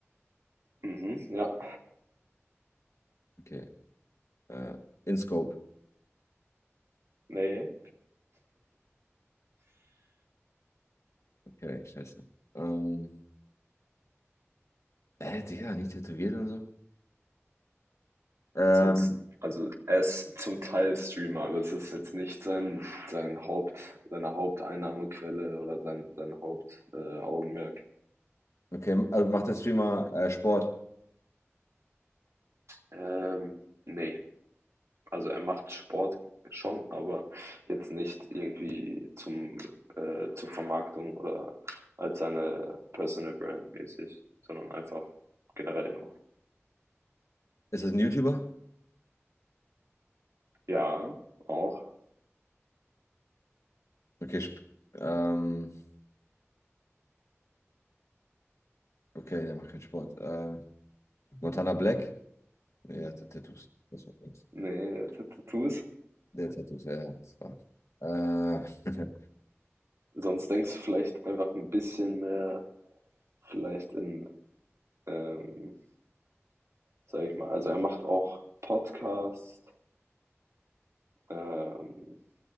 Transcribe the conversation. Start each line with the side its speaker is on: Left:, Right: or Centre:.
Right: Mhm, ja,
Left: Okay. Äh, InScope.
Right: ne.
Left: Okay, scheiße. Ähm, äh, Digga, nicht tätowiert und so. Ähm,
Right: Sonst, also er ist zum Teil Streamer, aber es ist jetzt nicht sein, sein Haupt, seine Haupteinnahmequelle oder sein, sein Hauptaugenmerk. Äh, Augenmerk.
Left: okay, also macht der Streamer äh, Sport?
Right: ähm, nee. Also er macht Sport schon, aber jetzt nicht irgendwie zum, äh, zur Vermarktung oder als seine Personal Brand mäßig, sondern einfach generell nur.
Left: Ist das ein YouTuber?
Right: Ja, auch.
Left: Okay, Sp- ähm, okay, der macht keinen Sport. Äh, Montana Black? Ja, der hat Tattoos. Das war's.
Right: Ne, der hatte Tattoos.
Left: Der Tattoos, ja. ja, Das war, äh, <laughs>
Right: Sonst denkst du vielleicht einfach ein bisschen mehr vielleicht in, ähm, sage ich mal also, er macht auch Podcast, ähm